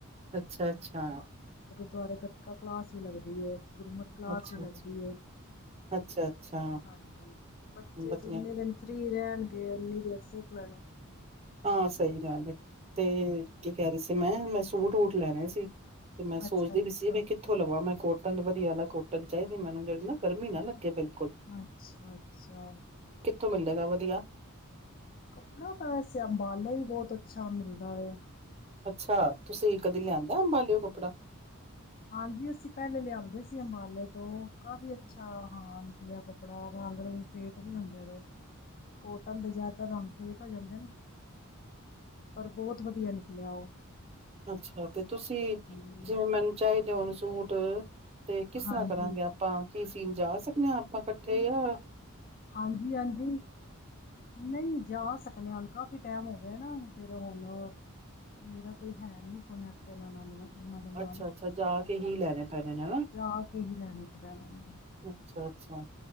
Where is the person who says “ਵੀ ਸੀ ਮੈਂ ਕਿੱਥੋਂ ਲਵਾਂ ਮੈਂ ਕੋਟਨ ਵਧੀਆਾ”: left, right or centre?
Right